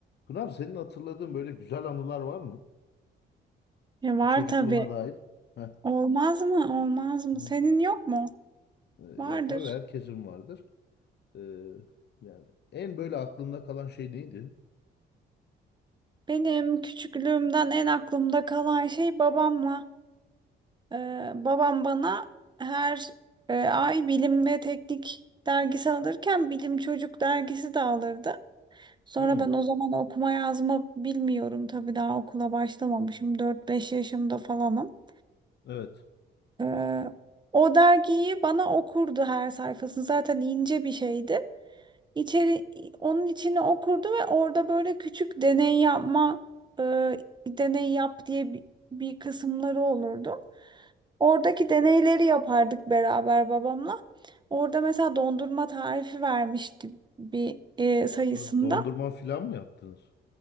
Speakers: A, on the left (about 60°); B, on the right (about 20°).
A: Pınar senin hatırladığın böyle güzel anılar var mı?
B: E var
A: Çocukluğuna
B: tabii.
A: dair. Heh.
B: Olmaz mı? Olmaz mı?
A: Hı.
B: Senin yok mu?
A: Ee, Ya
B: Vardır.
A: tabii herkesin vardır. Ee, yani en böyle aklında kalan şey neydi?
B: Benim küçüklüğümden en aklımda kalan şey babamla. Ee, babam bana her e, ay bilim ve teknik dergisi alırken bilim çocuk dergisi de alırdı. Sonra
A: Hmm,
B: ben o zaman okuma yazma bilmiyorum tabii daha okula başlamamışım dört beş yaşımda falanım.
A: evet.
B: Ee, o dergiyi bana okurdu her sayfasını zaten ince bir şeydi. İçeri, onun içine okurdu ve orada böyle küçük deney yapma, e, deney yap diye bir, bir kısımları olurdu. Oradaki deneyleri yapardık beraber babamla. Orada mesela dondurma tarifi vermişti bir e, sayısında.
A: Ee, Dondurma falan mı yaptınız?